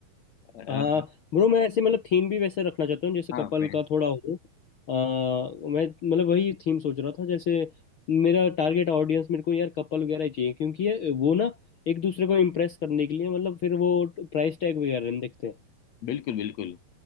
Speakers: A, on the left (about 55°); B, on the left (about 75°).
A: अ,
B: हाँ ब्रो मैं ऐसे मतलब थीम भी वैसे रखना चाहता हूँ जैसे
A: हाँ
B: कपल
A: फ्रेंड्स
B: का थोड़ा हो आ, मैं मतलब वही थीम सोच रहा था जैसे मेरा टारगेट ऑडियंस मेरे को यार कपल वगैरह ही चाहिए क्योंकि ये- वो ना एक दूसरे को इम्प्रेस करने के लिए मतलब फिर वो प्राइस टैग वगैरह नहीं देखते
A: बिल्कुल बिल्कुल